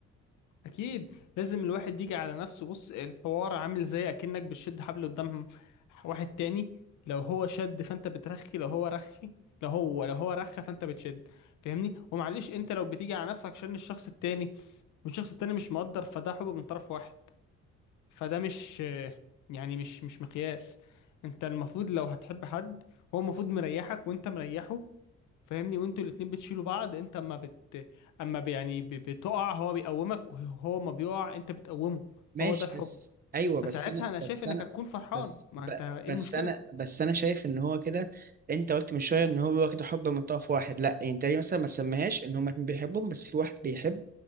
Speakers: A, on the left (about 80°); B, on the right (about 30°).
A: اكيد لازم الواحد يجي على نفسه بص الحوار عامل زي اكنك بتشد حبل قدام واحد تاني لو هو شد فانت بترخي لو هو رخي لو هو لو هو رخى فانت بتشد فاهمني ومعلش انت لو بتيجي على نفسك عشان الشخص التاني والشخص التاني مش مقدر فده حب من طرف واحد فده مش يعني مش مش مقياس انت المفروض لو هتحب حد هو المفروض مريحك وانت مريحه فاهمني وانتوا الاتنين بتشيلوا بعض انت اما بت اما ب- يعني ب- بتقع هو بيقومك وهو ما بيقع انت بتقومه
B: ماشي
A: فهو ده الحب
B: بس ايوه
A: فساعتها
B: بس انا
A: انا شايف
B: بس
A: انك
B: انا
A: هتكون فرحان
B: بس
A: ما
B: ب...
A: انت ايه
B: بس
A: المشكلة
B: انا بس انا شايف ان هو كده انت قلت من شويه ان هو كده حب من طرف واحد لا انت ليه مثلا ما تسميهاش ان هما اتنين بيحبهم بس في واحد بيحب